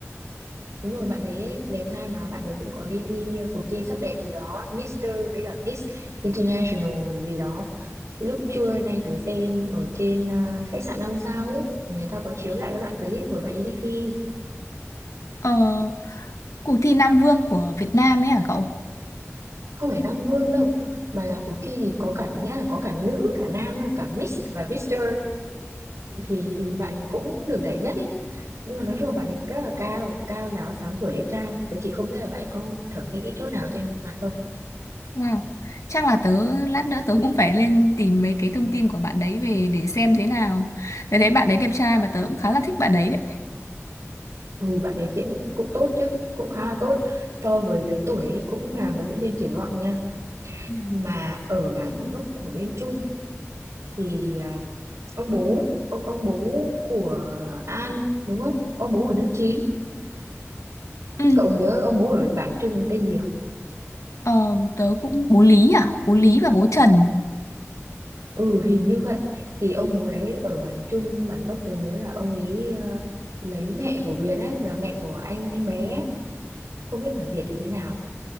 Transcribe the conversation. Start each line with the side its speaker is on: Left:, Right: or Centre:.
Right: Đúng rồi, bạn ấy đẹp trai mà bạn ấy cũng có đi thi uh, cuộc thi sắc đẹp gì đó, Mister với cả Miss International gì gì đó. Lúc trưa nay tớ xem ở trên uh, khách sạn 5 sao ấy, người ta có chiếu lại cái đoạn clip hồi bạn ấy đi thi,
Left: ờ, cuộc thi Nam Vương của Việt Nam ấy à cậu
Right: không phải Nam Vương đâu, mà là cuộc thi gì có cả nghĩa là có cả nữ, cả nam, cả Miss và Mister thì thì bạn ấy cũng được giải nhất ý nhưng mà nói chung là bạn ấy rất là cao cao ráo sáng sủa đẹp trai tớ chỉ không biết là bạn ấy có thẩm mỹ chút nào trên mặt không
Left: Wow chắc là tớ lát nữa tớ cũng phải lên tìm mấy cái thông tin của bạn đấy về để xem thế nào tớ thấy bạn đấy đẹp trai mà tớ cũng khá là thích bạn đấy đấy
Right: ừ bạn ấy diễn cũng, cũng tốt chứ cũng khá là tốt so với lứa tuổi ấy, cũng là một diễn viên triển vọng nha
Left: Ừ.
Right: mà ở bản gốc của bên Trung thì à, ông bố ấy ông ông bố của An đúng không ông bố của nữ chính
Left: Ừ.
Right: cậu nhớ ông bố ở bản Trung thì tên gì không
Left: Ờ, tớ cũng bố Lý à, bố Lý và bố Trần.
Right: Ừ hình như vậy thì ông bố đấy ở bản Trung bản gốc tớ nhớ là ông ấy ờ, lấy mẹ của Việt á là mẹ của anh anh bé á. Không biết bản Việt thì thế nào